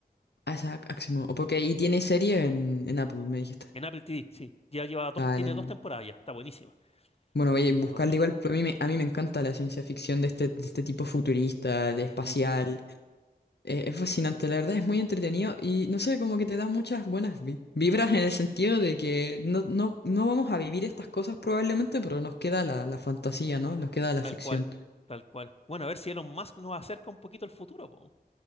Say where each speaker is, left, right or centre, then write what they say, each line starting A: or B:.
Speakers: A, on the left; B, on the left.
A: Ah, Isaac Asimov. O porque y tiene serie en, en Apple, me dijiste.
B: en Apple TV, sí. Ya lleva dos,
A: Dale.
B: tiene dos temporadas ya, está buenísima.
A: Bueno, voy
B: Buenísimo,
A: a buscarla
B: buenísimo.
A: igual, pero a mí me, a mí me encanta la ciencia ficción de este, de este tipo futurista,
B: Sí.
A: de espacial. Eh, es fascinante, la verdad es muy entretenido y no sé, como que te da muchas buenas vi- vibras en el sentido de que no, no, no vamos a vivir estas cosas probablemente, pero nos queda la, la fantasía, ¿no? Nos queda la
B: Tal
A: ficción.
B: cual, tal cual. Bueno, a ver si Elon Musk nos acerca un poquito al futuro, po.